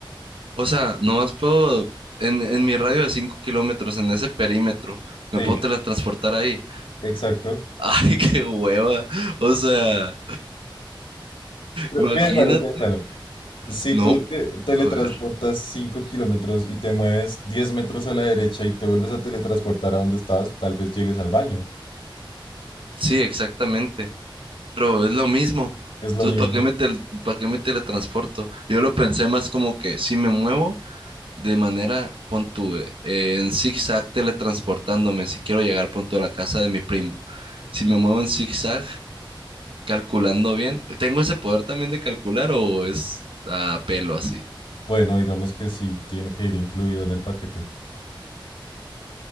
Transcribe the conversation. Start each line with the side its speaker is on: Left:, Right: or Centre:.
Right: o sea, nomás puedo, en, en mi radio de 5 kilómetros, en ese perímetro, me
Left: Sí,
Right: puedo teletransportar ahí
Left: exacto.
Right: Ay, qué hueva. O sea, imagínate.
Left: Piénsalo, piénsalo. Si
Right: No,
Left: tú te teletransportas
Right: a ver.
Left: 5 kilómetros y te mueves 10 metros a la derecha y te vuelves a teletransportar a donde estabas, tal vez llegues al baño.
Right: Sí, exactamente. Pero es lo mismo.
Left: Es
Right: Entonces,
Left: lo mismo.
Right: ¿para qué me tel- para qué me teletransporto? Yo lo pensé más como que si me muevo de manera, pon tú, eh, en zigzag teletransportándome, si quiero llegar, pon tú, a la casa de mi primo. Si me muevo en zigzag, calculando bien, ¿tengo ese poder también de calcular o es a pelo así?
Left: Bueno, digamos que sí, tiene que ir incluido en el paquete.